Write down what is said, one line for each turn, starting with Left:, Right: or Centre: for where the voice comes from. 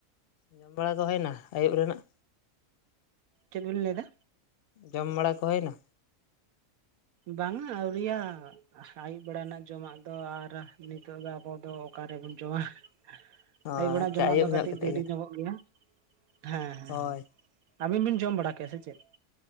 Left: ᱧᱟᱢ ᱵᱟᱲᱟ ᱫᱚ ᱦᱩᱭᱮᱱᱟ ᱟᱹᱭᱩᱵ ᱨᱮᱱᱟᱜ?
Right: ᱪᱮᱫ ᱵᱤᱱ ᱞᱟᱹᱭᱮᱫᱟ?
Left: ᱡᱚᱢ ᱵᱟᱲᱟ ᱠᱚ ᱦᱩᱭᱮᱱᱟ?
Right: ᱵᱟᱝᱟ ᱟᱹᱣᱨᱤᱭᱚᱜᱼᱟ ᱾ ᱟᱹᱭᱩᱵ ᱵᱮᱲᱟ ᱨᱮᱱᱟᱜ ᱡᱚᱢᱟᱜ ᱫᱚ ᱟᱨ ᱱᱤᱛᱚᱜ ᱫᱚ ᱟᱵᱚ ᱫᱚ ᱚᱠᱟ ᱨᱮᱵᱚᱱ ᱡᱚᱢᱟ ᱾
Left: ᱚ
Right: ᱟᱹᱭᱩᱵ ᱵᱮᱲᱟ
Left: ᱟᱪᱪᱷᱟ
Right: ᱡᱚᱢᱟᱜ
Left: ᱟᱹᱭᱩᱵ
Right: ᱫᱚ
Left: ᱧᱚᱜ
Right: ᱠᱟᱹᱴᱤᱡ
Left: ᱠᱟᱛᱮᱫ
Right: ᱫᱮᱨᱤ
Left: ᱜᱮ
Right: ᱧᱚᱜᱚᱜ ᱜᱮᱭᱟ ᱾ ᱦᱮᱸ ᱦᱮᱸ
Left: ᱦᱳᱭ
Right: ᱦᱮᱸ ᱟᱹᱵᱤᱱ ᱵᱤᱱ ᱡᱚᱢ ᱵᱟᱲᱟ ᱠᱮᱜᱼᱟ ᱥᱮ ᱪᱮᱫ?